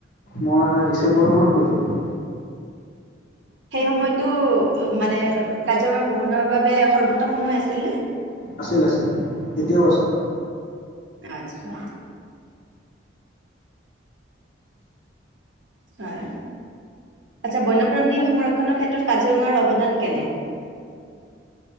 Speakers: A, on the left (about 45°); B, on the right (about 70°).
A: মই ডিচেম্বৰ মাহত গৈছিলোঁ
B: সেই সময়তটো মানে কাজিৰঙা ভ্ৰমণৰ বাবে সৰ্বোত্তম সময় আছিল নে
A: আছিল আছিল এতিয়াও আছে
B: আচ্ছা হয় আচ্ছা বন্যপ্ৰাণী সংৰক্ষনৰৰ ক্ষেত্ৰত কাজিৰঙাৰ অৱদান কেনে?